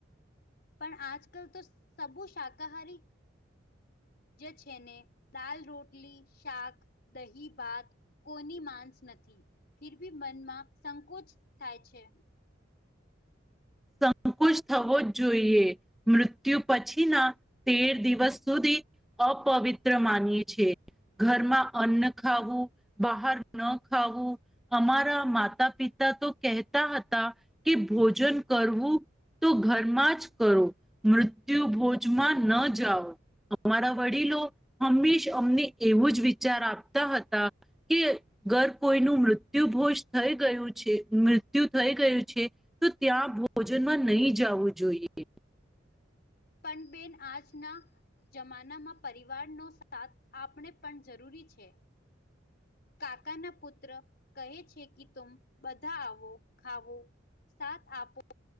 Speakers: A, on the left; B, in the centre.
A: પણ આજ કલ તો સબુ શાકાહારી જે છે ને દાલ રોટલી શાક દહી ભાત કોની માંસ નથી. ફિર ભી મનમાં સંકોચ થાય છે,
B: સંકુચ થવો જ જોઈએ મૃત્યુ પછી ના તેર દિવસ સુધી અપવિત્ર માનીએ છી ઘરમાં અન્ન ખાવું બહાર ન ખાવું. અમારા માતા પિતા તો કહેતા હતા કે ભોજન કરવું. તો ઘરમાં જ કરો મૃત્યુ ભોજમાં ન જાઓ અમારા વડીલો હંમેશ અમને એવું જ વિચાર આપતા હતા. કે ઘર કોઈનું મૃત્યુભોજ થઈ ગયું છે, મૃત્યુ થઈ ગયું છે તો ત્યાં ભોજનમાં નહી જવું જોઈએ
A: પણ બેન આજ ના જમાનામાં પરિવારનો સાથ આપણે પણ જરૂરી છે કાકા ના પુત્ર કહે છે કે તુમ બધા આવો ખાવો સાથ આપો